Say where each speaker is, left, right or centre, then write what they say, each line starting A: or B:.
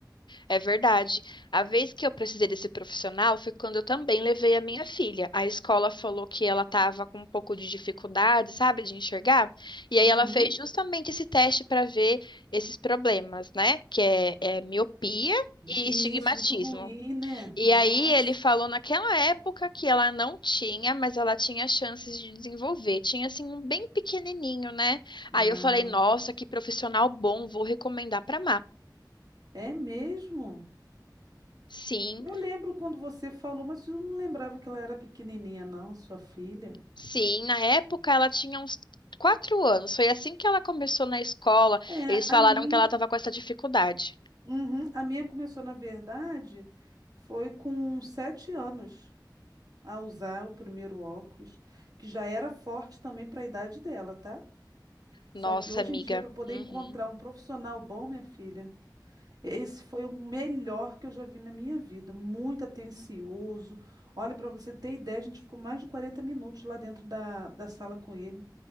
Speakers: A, on the left; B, on the right.
A: é verdade. A vez que eu precisei desse profissional foi quando eu também levei a minha filha. A escola falou que ela estava com um pouco de dificuldade, sabe, de enxergar. E aí
B: Uhum.
A: ela fez justamente esse teste para ver esses problemas, né? Que é, é miopia e
B: E
A: estigmatismo.
B: isso, muito ruim, né?
A: E
B: Nossa.
A: aí ele falou naquela época que ela não tinha, mas ela tinha chances de desenvolver. Tinha assim um bem pequenininho, né? Aí
B: Ah,
A: eu falei, nossa, que profissional bom, vou recomendar para
B: é mesmo?
A: Sim,
B: Eu lembro quando você falou, mas eu não lembrava que ela era pequenininha, não, sua filha.
A: sim. Na época ela tinha uns quatro anos. Foi assim que ela começou na escola.
B: É,
A: Eles falaram
B: a minha.
A: que ela estava com essa dificuldade.
B: Uhum. A minha começou, na verdade, foi com sete anos a usar o primeiro óculos, que já era forte também para a idade dela, tá? Só
A: Nossa,
B: que hoje
A: amiga.
B: em dia, para poder
A: Uhum.
B: encontrar um profissional bom, minha filha, esse foi o melhor que eu já vi na minha vida. Muito atencioso. Olha, para você ter ideia, a gente ficou mais de 40 minutos lá dentro da, da sala com ele.